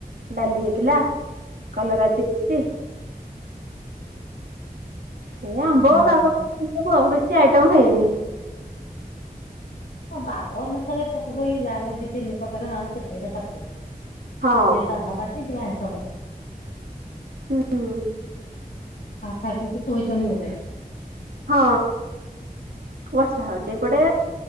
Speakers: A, on the right; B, on the left.
A: ଡାଲି ହେଇଥିଲା। କଲରା ଚିପ୍ସ ସେଇ ଆମ୍ବ
B: ଓହୋ
A: କାକୁଡ଼ି ସବୁ ଆଉ ବେଶୀ ଆଇଟମ ହେଇନି।
B: ହଁ ବାର ଅନୁସାରେ ଏତେ ପ୍ରକାର କି ଯାହାହେଲେ ଦି ତିନି ପ୍ରକାର ବାସ ସେତିକଟା କାଫି।
A: ହଁ
B: ଯିଏ ସାଧା ପାଟି ସିଏ ଆଇଷ ପାଟି।
A: ହୁଁ ହୁଁ।
B: ଆଉ ଖାଇ ପିଇକି ଶୋଇଛନ୍ତି ବୋଧେ?
A: ହଁ ବର୍ଷା ହଉଛି ଏପଟେ